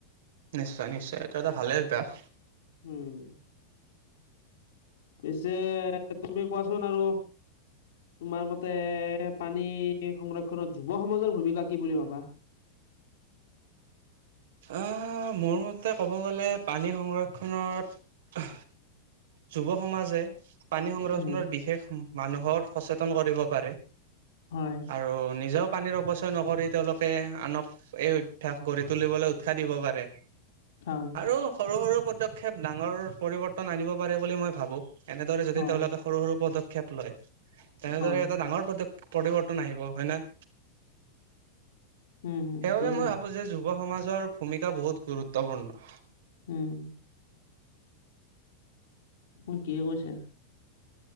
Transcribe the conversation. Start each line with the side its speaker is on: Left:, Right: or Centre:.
Right: নিশ্চয়, নিশ্চয় এইটো এটা ভালেই অভ্যাস।
Left: উম। পিছে তুমি কোৱাচোন আৰু। তোমাৰ মতে পানী সংৰক্ষণত যুৱ সমাজৰ ভূমিকা কি বুলি ভাবা?
Right: আহ মোৰ মতে ক'ব গ'লে পানী সংৰক্ষণত যুৱ সমাজে পানী সংৰক্ষণত
Left: উম,
Right: বিশেষ মানুহৰ সচেতন কৰিব পাৰে।
Left: হয়,
Right: আৰু নিজেও পানীৰ অপচয় নকৰি তেওঁলোকে আনক এই অভ্যাস গঢ়ি তুলিবলৈ উৎসাহ দিব পাৰে।
Left: হয়।
Right: আৰু সৰু সৰু পদক্ষেপ ডাঙৰৰ পৰিৱৰ্তন আনিব পাৰে বুলি মই ভাবো, এনেদৰে যদি
Left: হয়,
Right: তেওঁলোকে সৰু সৰু পদক্ষেপ লয়, তেনেদৰে
Left: হয়,
Right: এটা ডাঙৰ প্ৰদেপ পৰিবৰ্তন আহিব হয় নে।
Left: উম, উম,
Right: সেইবাবে
Left: ঠিকে
Right: মই
Left: কৈছা,
Right: ভাবো যে যুৱ সমাজৰ ভূমিকা বহুত গুৰুত্বপূৰ্ণ।
Left: উম! ঠিকে কৈছে,